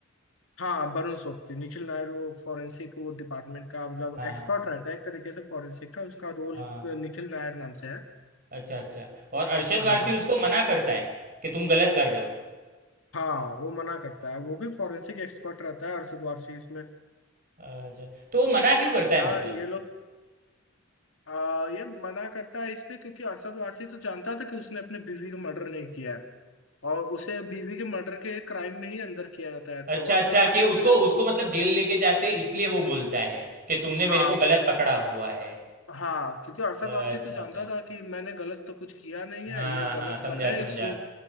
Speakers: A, on the left; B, on the right.
A: हाँ वरुण सोबती निखिल नायर वो फॉरेंसिक वो डिपार्टमेंट का मतलब
B: हाँ
A: एक्सपर्ट
B: हाँ
A: रहता है एक तरीके से फॉरेंसिक का उसका रोल
B: हाँ
A: निखिल नायर नाम से है
B: अच्छा अच्छा और अरशद
A: हाँ
B: वारसी उसको मना करता है कि तुम गलत कर रहे हो
A: हाँ वो मना करता है वो भी फॉरेंसिक एक्सपर्ट रहता है अरशद वारसी इसमें
B: अच्छा तो वो मना क्यों करता है
A: यार
B: मतलब
A: ये लोग आ, ये मना करता है इसलिए क्योंकि अरशद वारसी तो जानता था कि उसने अपनी बीवी का मर्डर नहीं किया है और उसे बीवी के मर्डर के क्राइम में ही अंदर किया जाता है
B: अच्छा
A: तो अरशद
B: अच्छा
A: वारसी
B: कि उसको
A: तो जान
B: उसको मतलब जेल लेके जाते इसलिए वो बोलता है कि तुमने मेरे
A: हाँ
B: को गलत पकड़ा हुआ है
A: हाँ क्योंकि अरशद
B: अच्छा
A: वारसी तो जानता
B: अच्छा
A: था कि मैंने गलत तो कुछ किया नहीं
B: हाँ
A: है ये गलत
B: हाँ समझा
A: कर रहे हैं
B: समझा
A: ये सू